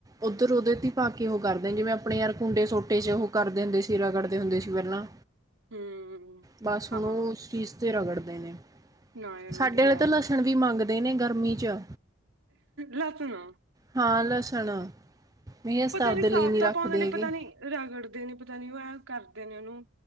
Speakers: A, on the right (about 15°); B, on the right (about 80°).
A: ਉਧਰ ਉਹਦੇ ਤੇ ਪਾ ਕੇ ਉਹ ਕਰਦੇ, ਜਿਵੇ ਆਪਣੇ ਯਾਰ ਕੁੰਡੇ ਸੋਟੇ 'ਚ ਉਹ ਕਰਦੇ ਹੁੰਦੇ ਸਰਾ ਕੱਢਦੇ ਹੁੰਦੇ ਸੀ- ਵੇਲਾ
B: ਹੂੰ
A: ਬਸ
B: ਹਾਂ
A: ਹੁਣ ਉਹ ਉਸ ਚੀਜ ਤੇ ਰਗੜਦੇ ਨੇ,
B: ਨਾ ਯਾਰ ਵਧੀਆ
A: ਸਾਡੇ ਵਾਲੇ ਤਾਂ
B: ਐ।
A: ਲ- ਹਲਦੀ ਮੰਗਦੇ ਨੇ ਗਰਮੀ ਚ
B: ਲਸਣ ਨੋ -
A: ਹਾਂ ਲਸਣ- ਨਹੀਂ ਅਸੀਂ
B: ਪਤਾ
A: ਤਾਂ ਆਪਦੇ
B: ਨੀ ਸਾਬਤਾ
A: ਲਈ ਨਹੀਂ ਰੱਖਦੇ
B: ਪਾਉਦੇ ਨੇ
A: ਹੈਗੇ
B: ਪਤਾ ਨੀ ਰਗੜਦੇ ਨੇ ਪਤਾ ਨੀ ਉਹ ਐਂ ਕਰਦੇ ਨੇ ਉਹਨੂੰ-